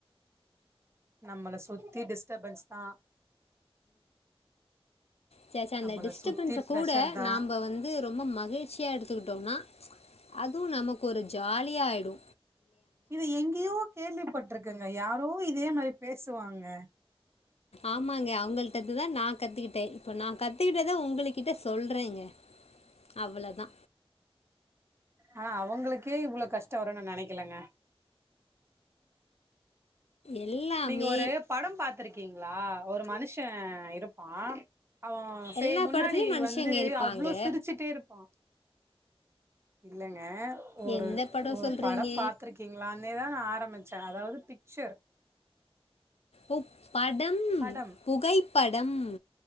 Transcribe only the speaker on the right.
நம்மள சுத்தி டிஸ்ட்டபென்ஸ் தா
நம்மள
சுத்தி பிரஷர்
தா
இது எங்யோ கேள்விப்பட்டிருக்கங் ங்க யாரோ இதே மாரி பேசுவாங்க
ஆனா அவங்களுக்கே இவ்ளோ கஷ்டம் வருனு நெனைக்கலங்க
நீங்க ஒரு படம் பாத்துருக்கிங்ளா ஒரு மனுஷ இருப்பா அவொ சே
முன்னாடி
வந்து
அவ்ளோ சிரிச்சுட்டே இருப்பா இல்லங்க ஒரு
ஒரு
படம் பாத்ருக்கிங்களானே தா நா ஆரம்பிச் ச அதாவது பிக்சர்
படம்